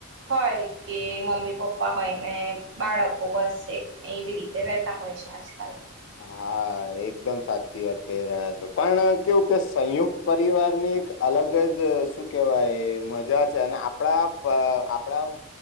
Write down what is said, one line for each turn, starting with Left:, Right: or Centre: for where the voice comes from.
Right: હોય કે મમ્મી પપ્પા હોય ને બાળકો બસ એટ એ વી રીતે વતા હોય છે, આજકાલ તો
Left: હા, એકદમ સાચી વાત કહી રહ્યા છો પણ કેવું કે સંયુક્ત પરિવારની એક અલગ જ શું કેહેવાય મજા છે, અને આપણા આપણા